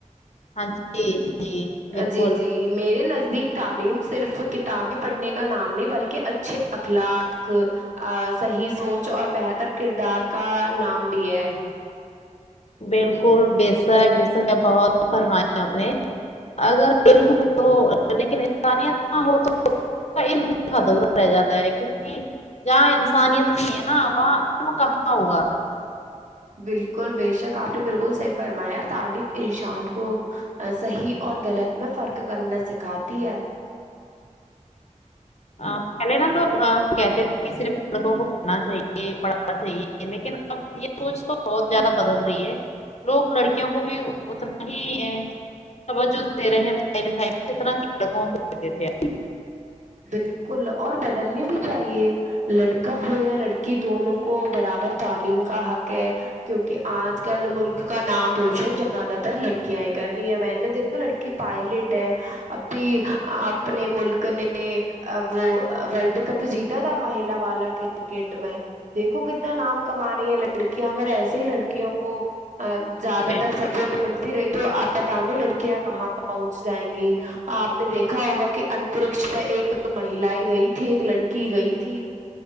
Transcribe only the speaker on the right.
جی جی میرے نزدیک تعلیم صرف کتابیں پڑھنے کا نام نہیں بلکہ اچھے اخلاق ا صحیح سوچ اور بہتر کردار کا نام بھی ہے
بالکل بے شک آپ نے بالکل صحیح فرمایا تعلیم انشان کو صحیح اور غلط میں فرق کرنا سکھاتی ہے
بالکل اور بدلنی بھی چاہیے لڑکا ہو یا لڑکی دونوں کو برابر تعلیم کا حق ہے کیونکہ آج کل ملک کا نام روشن زیادہ تر لڑکیایں کر رہی ہیں میں نے دیکھا لڑکی پائلٹ ہے اب بھی اپنے ملک نے ے وہ وورلڈ کپ جیتا تھا مہیلا والا کرکٹ میں دیکھو کتنا نام کما رہی ہے لڑکیاں اگر ایسے ہی لڑکیوں کو ا زیادہ
تر سپورٹ ملتی رہی تو آپ پتا لڑکیاں کہاں پہنچ جائیں گی آپ نے دیکھا ہوگا کہ اترکش پہ ایک مہیل گئی تھی ایک لڑکی گئی تھی